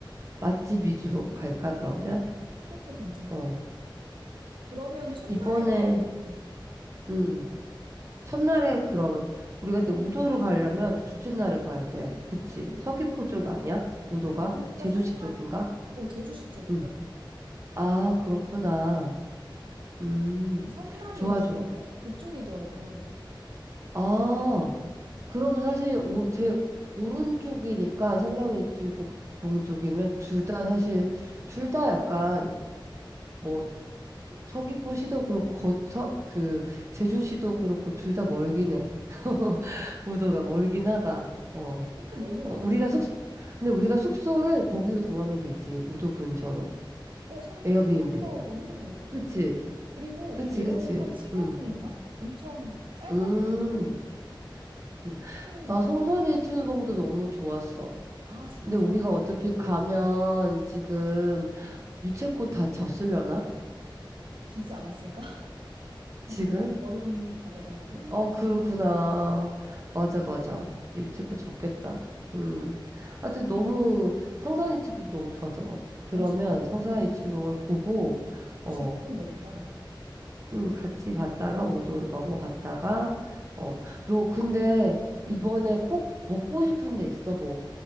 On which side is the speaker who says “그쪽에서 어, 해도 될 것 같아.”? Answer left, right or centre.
Right